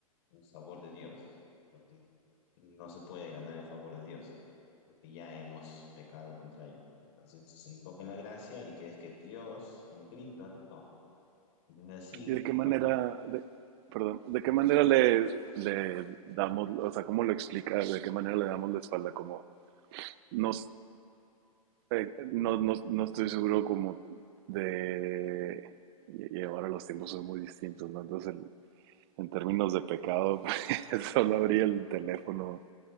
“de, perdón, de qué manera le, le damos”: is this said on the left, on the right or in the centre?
Right